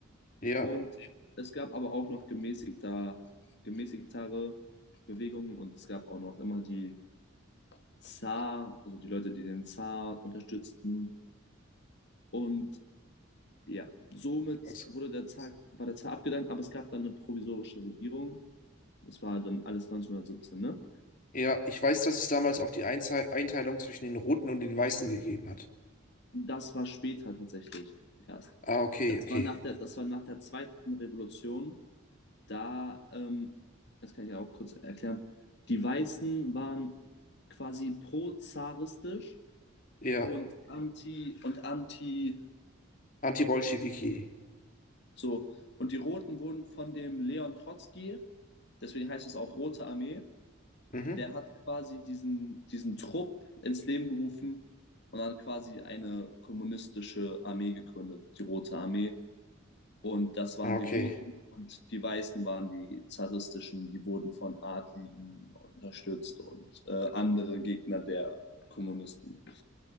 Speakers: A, on the left; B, on the left.
A: Ja,
B: Und es gab aber auch noch gemäßigter, gemäßigtere Bewegungen und es gab auch noch immer die Zar, also die Leute, die den Zar unterstützten. Und ja, somit
A: das,
B: wurde der Zar, war der Zar abgedankt, aber es gab dann eine provisorische Regierung. Das war dann alles 1917, ne?
A: ja, ich weiß, dass es damals auch die Einzei- Einteilung zwischen den Roten und den Weißen gegeben hat.
B: Das war später tatsächlich erst.
A: Ah, okay,
B: Das
A: okay.
B: war nach der, das war nach der zweiten Revolution. Da, ähm, das kann ich ja auch kurz erklären. Die Weißen waren quasi pro-zaristisch
A: Ja,
B: und anti und anti-Bolschewik.
A: Anti-Bolschewiki.
B: So. Und die Roten wurden von dem Leon Trotzki, deswegen heißt es auch Rote Armee,
A: Mhm,
B: der hat quasi diesen, diesen Trupp ins Leben gerufen und dann quasi eine kommunistische Armee gegründet, die Rote Armee. Und das waren
A: ah,
B: die
A: okay.
B: Roten und die Weißen waren die zaristischen, die wurden von Adligen unterstützt und äh, andere Gegner der Kommunisten.